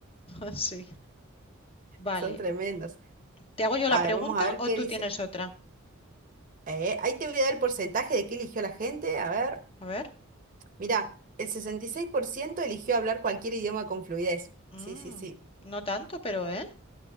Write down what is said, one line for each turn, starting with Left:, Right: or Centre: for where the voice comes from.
Left: <laughs> Sí, vale.
Right: Son tremendos.
Left: ¿Te hago yo
Right: A
Left: la pregunta
Right: ver, vamos a ver
Left: o
Right: qué
Left: tú
Right: dice.
Left: tienes otra?
Right: Eh, ahí te voy a dar el porcentaje de qué eligió la gente. A ver.
Left: A ver,
Right: Mirá, el 66% eligió hablar cualquier idioma con fluidez.
Left: Mm,
Right: Sí, sí, sí.
Left: no tanto, pero ¿eh?